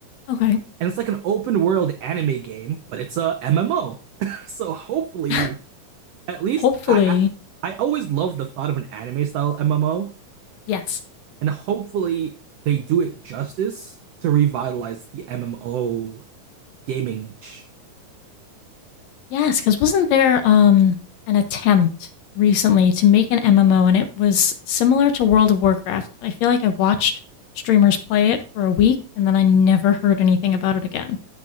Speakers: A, on the left; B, on the right.
A: Okay.
B: and it's like an open world anime game, but it's a MMO. <laughs> So hopefully,
A: <laughs>
B: at least
A: Hopefully,
B: I I, I always love the thought of an anime style MMO,
A: yes.
B: and hopefully they do it justice to revitalize the MMO gaming niche.
A: Yes, because 'cause wasn't there, um, an attempt recently to make an MMO, and it was similar to World of Warcraft, but I feel like I watched streamers play it for a week, and then I never heard anything about it again.